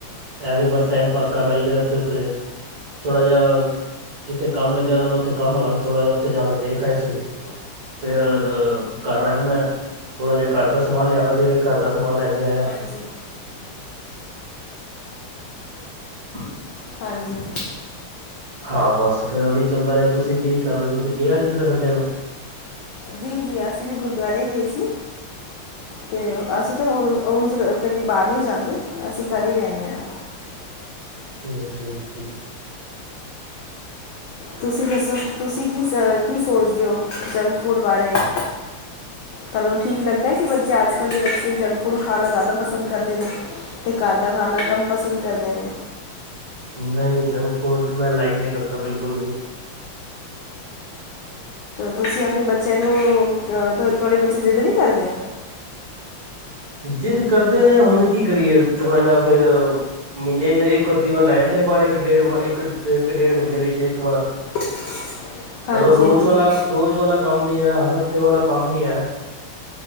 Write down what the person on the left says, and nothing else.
ਹਾਂਜੀ।
ਹਾਂਜੀ।
ਜੀ-ਜੀ ਅਸੀਂ ਵੀ ਗੁਰਦੁਆਰੇ ਈ ਗਏ ਸੀ, ਤੇ ਅਸੀਂ ਉਂਜ ਕਦੀ ਬਾਰ ਨੀ ਜਾਂਦੇ ਅਸੀਂ ਕਰ ਈ ਰੈਂਨੇ ਆਂ।
ਤੁਸੀਂ ਦੱਸੋ ਤੁਸੀਂ ਕੀ ਸ ਕੀ ਸੋਚਦੇ ਓਂ ਜੰਕ ਫੂਡ ਬਾਰੇ ਐ ਤਾਨੂੰ ਠੀਕ ਲੱਗਦਾ ਐ ਕੇ ਬੱਚੇ ਅੱਜ-ਕੱਲ ਦੇ ਬੱਚੇ ਜੰਕ ਫੂਡ ਖਾਨਾ ਜ਼ਾਦਾ ਪਸੰਦ ਕਰਦੇ ਨੇ। ਤੇ ਘਰ ਦਾ ਖਾਨਾ ਕਮ ਪਸੰਦ ਕਰਦੇ ਨੇ।
ਤੁਸੀ ਆਪਣੇ ਬੱਚਿਆਂ ਨੂੰ ਤੁਆਡੇ ਬੱਚੇ ਜ਼ਿੱਦ ਨੀ ਕਰਦੇ?
<inaudible>
ਹਾਂਜੀ,